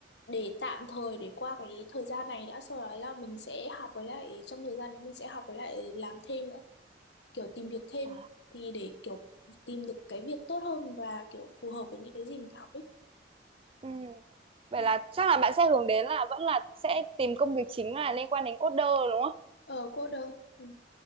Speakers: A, on the left; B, on the right.
A: để tạm thời để qua cái thời gian này đã sau đó là mình sẽ học với lại trong thời gian đấy mình sẽ học với lại làm thêm nữa kiểu tìm việc thêm
B: À,
A: thì để kiểu tìm được cái việc tốt hơn và kiểu phù hợp với những cái gì mình học ấy
B: ừ. Vậy
A: Ừ.
B: là chắc là bạn sẽ hướng đến là vẫn là sẽ tìm công việc chính là liên quan đến coder đúng không?
A: ờ cô đâu ừ